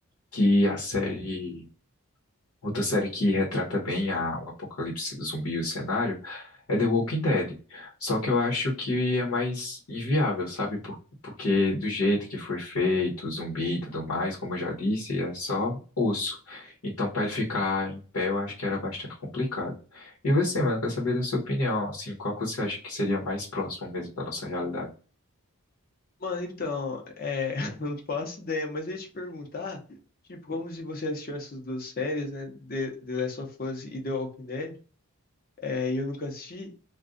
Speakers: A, on the left; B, on the left.
A: que a série Outra série que retrata bem a- o apocalipse zumbi e o cenário é The Walking Dead. Só que eu acho que é mais inviável, sabe? Por- porque do jeito que foi feito, zumbi e tudo mais, como eu já disse, é só osso. Então, para ele ficar em pé, eu acho que era bastante complicado. E você, mano, eu quero saber da sua opinião, assim, qual que você acha que seria mais próximo mesmo da nossa realidade?
B: Mano, então, é, <laughs> eu não faço ideia, mas eu ia te perguntar, tipo, como se você assistiu essas duas séries, né, The, The Last of Us e The Walking Dead, é, e eu nunca assisti,